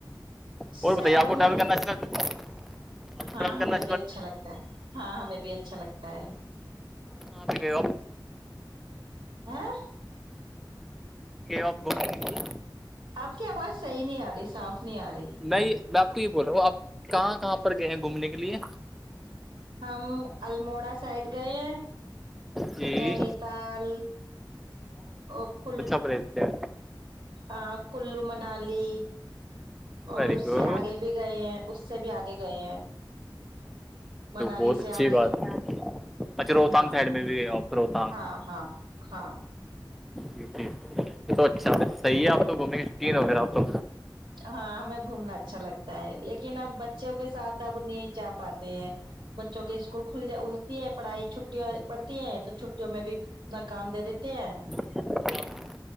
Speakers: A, in the centre; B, on the right (about 70°).
A: اور
B: شہروں
A: بتائیے
B: میں
A: <unintelligible> آپ کو
B: ہاں
A: ٹریول کرنا
B: ہمیں بھی اچھا لگتا ہے ہاں ہمیں بھی اچھا لگتا ہے
A: ہاںپ بند کہاں پے گیے ہو
B: ہاں
A: آپ بمبئی تو نہیں ہے
B: آپ کی آواز صحیح نہیں آ رہی صاف نہیں آ رہی
A: نہیں میں آپ کو یہ بول رہا ہوں آپ کہاں کہاں پر گئے ہیں گھومنے کے لیے
B: ہم الموڑا سائڈ گئے ہیں
A: جی
B: نینی تال اور کل
A: پریت ہے
B: آ کلو منالی اور
A: ویری
B: اس
A: گڈ
B: سے آگے بھی گئے ہیں اس سے بھی آگے گئے ہیں منالی
A: تو بہت
B: سے
A: اچھی
B: آگے
A: بات ہے اچھا روہتانگ
B: ہاں
A: سائڈ میں بھی گئے آپ روہتانگ
B: ہاں ہاں ہاں
A: جی جی یہ تو اچھا تو صحیح ہے آپ تو گھومنے کے شوقین ہو پھر آپ تو
B: ہاں ہمیں گھومنا اچھا لگتا ہے لیکن اب بچوں کے ساتھ اب نہیں جا پاتے ہیں بچوں کے اسکول کھل ہوتی ہے پڑھائی چھٹییاں پڑتی ہے تو چھٹیوں میں بھی ناکام دے دیتے ہیں
A: <inaudible>